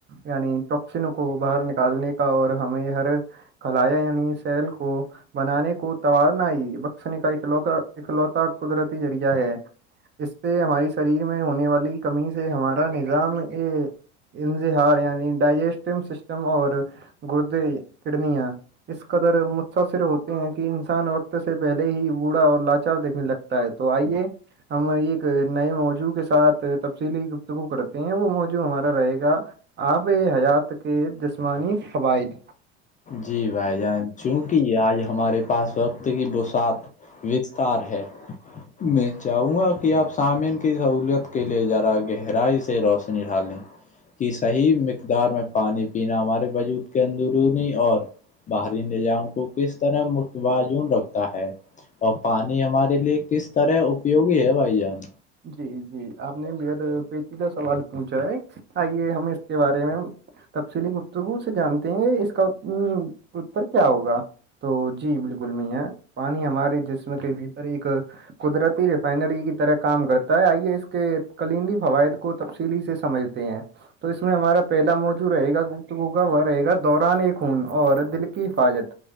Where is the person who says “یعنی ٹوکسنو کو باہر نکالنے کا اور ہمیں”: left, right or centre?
Right